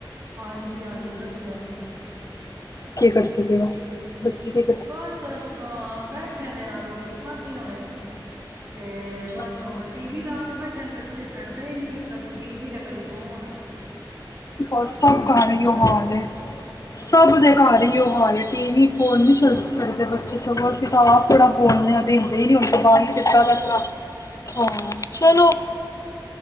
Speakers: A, on the right; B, on the left.
A: ਹਾਂਜੀ ਹਾਂਜੀ ਵਧੀਆ ਵਾ।
B: ਕੀ ਕਰਦੇ ਪਏ ਹੋ। ਬੱਚੇ ਕੀ
A: ਬਸ ਬੈਠੇ ਦੇ ਆ ਰੋਟੀ ਖਾਧੀ ਹੁਣੇ। ਤੇ ਬਸ
B: ਅੱਛਾ
A: ਹੁਣ ਟੀ ਵੀ ਲਾ ਕੇ ਬੈਠੇ ਨੇ ਬੱਚੇ ਛੱਡਦੇ ਹੀ ਨੀ ਕਦੀ ਟੀ ਵੀ ਤੇ ਕਦੀ ਫੋਨ
B: ਬਸ
A: ਬੜਾ ਪਰੇਸ਼ਾਨ
B: ਸਭ ਘਰ
A: ਕੀਤਾ
B: ਇਹੀਓ
A: ਦਾ
B: ਹਾਲ
A: ਬੱਚਿਆਂ
B: ਏ ਸਭ ਦੇ ਘਰ ਇਹੀਓ ਹਾਲ ਏ ਟੀ ਵੀ ਫੋਨ ਨੀ ਛੱਡਦੇ ਬੱਚੇ ਸਗੋਂ ਕਿਤਾਬ ਥੋੜਾ ਬੋਲਣੇ
A: ਨੂੰ ਉਹੀ
B: ਆ ਦੇਦੇ ਹੀ ਨੀ ਹੁੰਦਾ ਬਅਦ ਕੀਤਾ ਦਾ ਥੋੜਾ ਹਾਂ ਚਲੋ